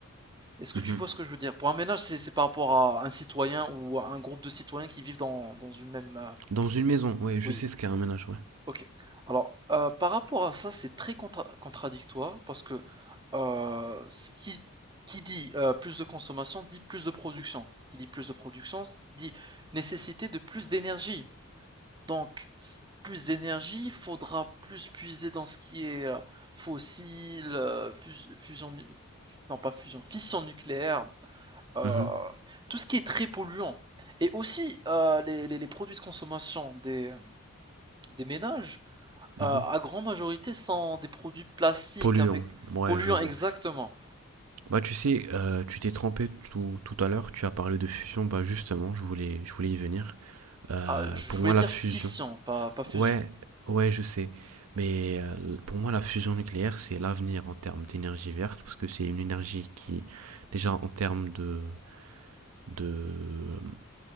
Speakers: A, on the right (about 20°); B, on the right (about 80°).
A: Est-ce que
B: mhm.
A: tu vois ce que je veux dire Pour un ménage, c'est c'est par rapport à un citoyen ou à un groupe de citoyens qui vivent dans, dans une même... euh,
B: Dans une maison, ouais, je
A: Oui,
B: sais ce qu'est un ménage, ouais.
A: ok. Alors, euh, par rapport à ça, c'est très contra- contradictoire parce que euh, ce qui, qui dit euh, plus de consommation dit plus de production. Qui dit plus de production dit nécessité de plus d'énergie. Donc, plus d'énergie, il faudra plus puiser dans ce qui est euh, fossile, euh, fus- fusion, non pas fusion, fission nucléaire, euh,
B: Mhm,
A: tout ce qui est très polluant. Et aussi, euh, les, les- les produits de consommation des, des ménages,
B: mhm.
A: euh, à grande majorité, sont des produits plastiques
B: Polluant,
A: avec
B: ouais,
A: polluants
B: je vois.
A: exactement.
B: Bah, tu sais, euh, tu t'es trompé tout, tout à l'heure, tu as parlé de fusion, bah justement, je voulais, je voulais y venir. Euh,
A: Ah, je
B: pour
A: voulais
B: moi, la
A: dire
B: fusion,
A: fission, pas, pas fusion.
B: ouais, ouais, je sais, mais euh, pour moi, la fusion nucléaire, c'est l'avenir en termes d'énergie verte, parce que c'est une énergie qui, déjà, en termes de, de,